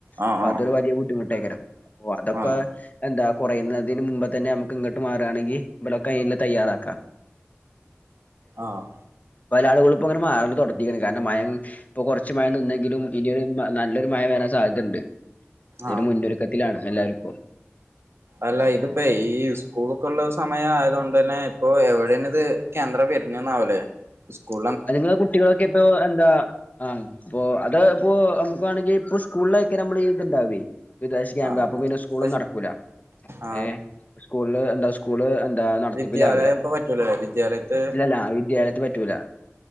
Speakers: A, on the right; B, on the left.
A: ആഹ്
B: അപ്പൊ
A: ആഹ്
B: അതൊരു ബുദ്ധിമുട്ടേക്കരം. അപ്പൊ അതൊക്കെ
A: ആഹ്
B: എന്താ കുറയുന്നതിന് മുമ്പ് തന്നെ നമുക്ക് ഇങ്ങോട്ട് മാറാണെങ്കി ഇലൊക്കെ അയിൽ തയ്യാറാക്കാം.
A: ആഹ്
B: വല ആളുകളി ഇപ്പോ ഇങ്ങനെ മാറടത്തിരിക്ക കാരണം മഴ ഇപ്പോ കുറച്ച് മഴ നിന്നെിലും ഇനിയൊരു മഴ നല്ലൊരു മഴ വരാൻ സാധ്യതയണ്ട്. അതിന്
A: ആഹ്
B: മുന്നൊരുക്കത്തിലാണ് എല്ലാരും ഇപ്പോം.
A: അല്ല ഇതിപ്പോ ഈ സ്കൂൾ ഒക്കെ ഉള്ള സമയ ആയത കൊണ്ട് തന്നെ ഇപ്പൊ എവിടെേ ഇത് കേന്ദ്ര ല്ലേ സ്കൂ
B: അത്ങ്ങളെ കുട്ടികളൊക്കെ ഇപ്പോ എന്താ ആ അപ്പൊ അത ഇപ്പോ നമുക്ക് വേണെങ്കി ഇപ്പൊ സ്കൂളിലൊക്കെ നമ്മൾ ഇത്ണ്ടാവ വിദേശ ക്യാമ്പ്
A: ആഹ്
B: അപ്പൊ പിന്നെ സ്കൂളും
A: പഷ്
B: നടക്കൂല
A: ആഹ്
B: ഏ സ്കൂള എന്താ സ്കൂള് എന്താ നടത്തിപ്പിലാവൂല
A: വിദ്യാലയം ഇപ്പ പറ്റൂലല്ലേ വിദ്യാലയത്ത്
B: ഇല്ലല്ല വിദ്യാലയത്ത് പറ്റൂല. ആ